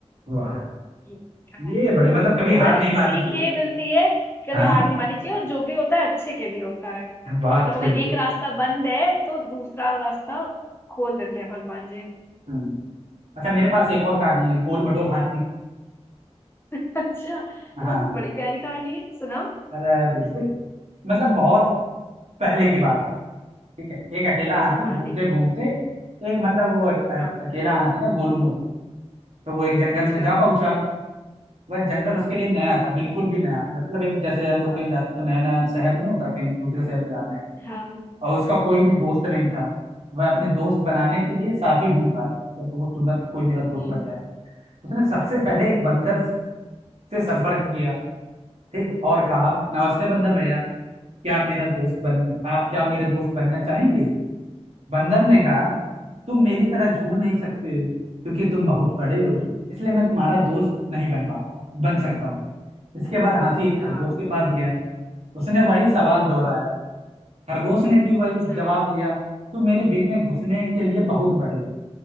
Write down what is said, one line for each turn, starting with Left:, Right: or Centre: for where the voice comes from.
Right: वाह
Left: ये कहानी
Right: ये बड़े मतलब कभी
Left: तो
Right: हार
Left: मतलब
Right: नहीं
Left: इससे
Right: माननी
Left: सीख
Right: चाहिए
Left: ये मिलती है कभी
Right: हाँ
Left: हार नहीं माननी चाहिए और जो भी होता है अच्छे के लिए होता है मतलब
Right: बात
Left: अगर
Right: बिल्कुल
Left: एक रास्ता बंद है तो दूसरा रास्ता खोल देते हैं भगवान जी
Right: हम्म अच्छा मेरे
Left: है ना
Right: पास एक और कहानी है गोल मटोल हाथी
Left: <laughs> अच्छा तो
Right: हाँ
Left: बस बड़ी प्यारी कहानी है सुनाओ
Right: अरे बिल्कुल मतलब बहुत पहले की बात ठीक है एक अकेला
Left: अच्छा
Right: हाथी
Left: हाँ
Right: घूमते
Left: ठीक है
Right: घूमते एक मतलब वो अक, अक,
Left: हाँ
Right: अकेला हाथी था गोलू मोलू तो वो एक जंगल
Left: अच्छा
Right: में जा पहुंचा वह जंगल
Left: हाँ
Right: उसके लिए नया था बिल्कुल भी नया मतलब एक जैसे हम लोग
Left: हाँ
Right: कहीं जाते तो नया नया शहर नहीं होता कहीं दूसरे शहर में जाते हैं
Left: हाँ हाँ
Right: और उसका कोई भी दोस्त नहीं था वह अपने दोस्त बनाने
Left: हाँ
Right: के लिए साथी ढूंढ रहा था मतलब दोस्त ढूंढ रहा था कि कोई मेरा दोस्त
Left: हम्म
Right: बन जाए उसने सबसे पहले
Left: हम्म
Right: एक बंदर से संपर्क किया ठीक है, और कहा
Left: अच्छा
Right: नमस्ते
Left: <laughs>
Right: बंदर भैया क्या आप मेरा दोस्त बन आप क्या मेरे दोस्त बनना चाहेंगे बंदर ने कहा
Left: हाँ
Right: तुम मेरी तरह झूल नहीं सकते हो क्योंकि तुम बहुत बड़े हो
Left: हम्म,
Right: इसलिए मैं तुम्हारा दोस्त नहीं बन पाता बन सकता हूँ इसके बाद हाथी एक खरगोश
Left: हाँ
Right: के पास गया उसने वही सवाल दोहराया
Left: हाँ
Right: खरगोश ने भी वही
Left: अच्छा
Right: जवाब दिया तुम मेरे बिल में घुसने के लिए बहुत बड़े हो